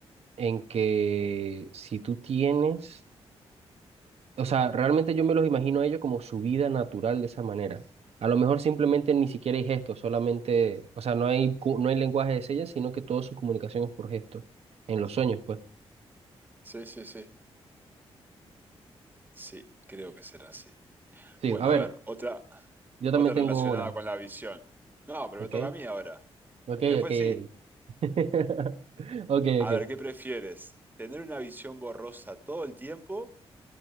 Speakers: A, on the right; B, on the right.
A: en que si tú tienes O sea, realmente yo me los imagino a ellos como su vida natural de esa manera. A lo mejor simplemente ni siquiera hay gestos, solamente, o sea, no hay, cu- no hay lenguaje de señas, sino que toda su comunicación es por gestos, en los sueños, pues.
B: Sí, sí, sí. Sí, creo que será así.
A: Sí,
B: Bueno,
A: a ver,
B: a ver, otra,
A: yo también
B: otra relacionada
A: tengo una,
B: con la visión. No, pero
A: ¿ok?
B: me toca a mí ahora.
A: Ok,
B: Eh, Después
A: ok, ok.
B: sí.
A: <laughs> Ok,
B: A
A: ok.
B: ver, ¿qué prefieres? ¿Tener una visión borrosa todo el tiempo